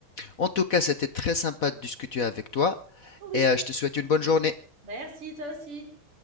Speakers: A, on the left; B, on the right.
A: En tout cas, c'était très sympa de discuter avec toi
B: Oui.
A: et euh, je te souhaite une bonne journée.
B: Merci, toi aussi.